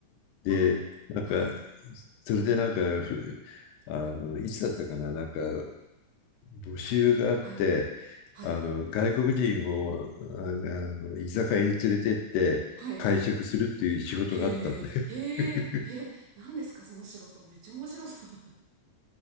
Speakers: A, on the left; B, on the right.
A: で、
B: あ、
A: なんか、
B: はい、
A: それでなんか、ふあの、いつだったかな、なんか、募集があって、
B: はい、はい、
A: あの、外国人を、ああの、居酒屋に連れてって会食するっていう仕事があったんだよ。
B: はい。へえ、へえ、
A: <laughs>
B: へえ、何ですかその仕事。めっちゃ面白そう。